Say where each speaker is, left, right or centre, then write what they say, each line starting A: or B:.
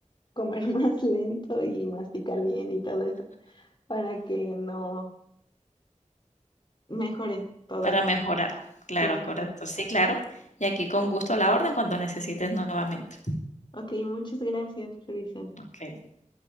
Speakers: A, on the left; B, on the left.
A: comer <laughs> más lento y masticar bien y todo eso, para que no mejore todo
B: Para
A: esto.
B: mejorar. Claro,
A: Sí, sí,
B: correcto.
A: sí.
B: Sí, claro. Y aquí con gusto a la orden cuando necesites nuevamente.
A: Ok, muchas gracias, Luisa.
B: Okey,